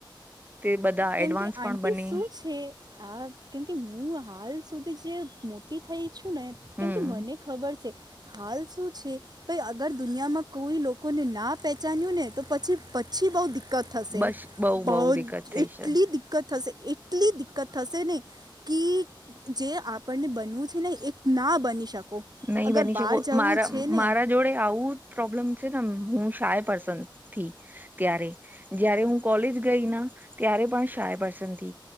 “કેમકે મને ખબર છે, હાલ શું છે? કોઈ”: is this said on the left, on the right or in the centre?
Right